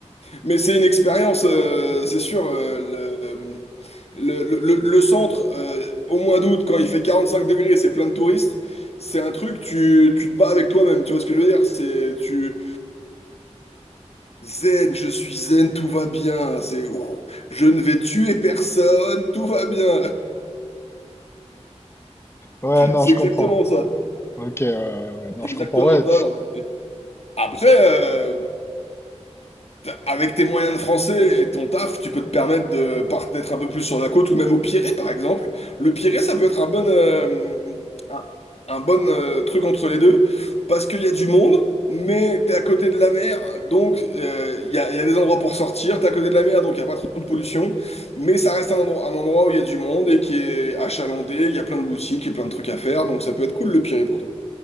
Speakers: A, on the left (about 60°); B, on the left (about 20°).
A: mais c'est une expérience, euh, c'est sûr. euh, le, le, le- le- centre, euh, au mois d'août, quand il fait 45 degrés, c'est plein de touristes. C'est un truc, tu, tu te bats avec toi-même, tu vois ce que je veux dire? C'est, tu, Zen, je suis zen, tout va bien. C'est ouh, je ne vais tuer personne, tout va bien.
B: Ouais,
A: <laughs>
B: non,
A: C'est
B: je
A: exactement
B: comprends.
A: ça.
B: Ok. ouais, ouais, ouais. non,
A: C'est
B: je
A: exactement
B: comprends. Ouais.
A: ça. non, mais- Après, euh, Avec tes moyens de français et ton taf, tu peux te permettre de par- d'être un peu plus sur la côte ou même au Pirée, par exemple. Le Pirée, ça peut être un bon, euh, un, un bon euh, truc entre les deux parce qu'il y a du monde, mais t'es à côté de la mer, donc euh, il y a, il y a des endroits pour sortir. T'es à côté de la mer, donc il n'y a pas trop de pollution, mais ça reste un endroit, un endroit où il y a du monde et qui est achalandé. Il y a plein de boutiques et plein de trucs à faire, donc ça peut être cool le Pirée pour toi.